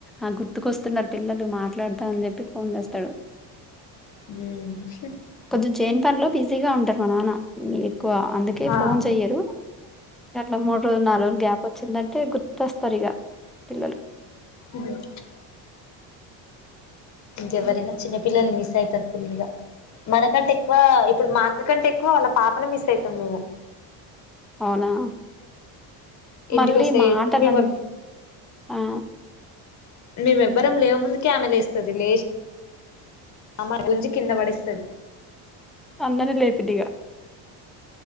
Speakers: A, in the centre; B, on the left.
A: ఆ గుర్తుకొస్తున్నారు పిల్లలు మాట్లాడతా అని చెప్పి ఫోన్ చేస్తాడు
B: ఉ
A: కొంచెం చెని పనిలో బిజీగా ఉంటారు మా నాన్న ఎక్కువ అందుకే
B: ఆ
A: ఫోన్ చెయ్యరు అట్లా మూడు రోజులు నాలుగు రోజులు గ్యాప్ వచ్చిందంటే గుర్తొస్తారు ఇగా పిల్లలు
B: బ ఇంకెవరైనా
A: ఉహు
B: చిన్న పిల్లలు మిస్ అయితారు ఫుల్ గా మనకంటే ఎక్కువ ఇప్పుడు మా అక్క కంటే ఎక్కువ వాళ్ళ పాపను మిస్ అయితాం మేము
A: అవునా
B: ఇంటికి
A: మళ్ళీ
B: వస్తే
A: మాటల
B: మేము
A: ఆన్ ఆ
B: మేము ఎవ్వరం లేవ ముందుకి ఆమె లేస్తది లేచ మమ్మ గుంజి కింద పడేస్తది
A: అందరీని లేపిద్ది ఇగ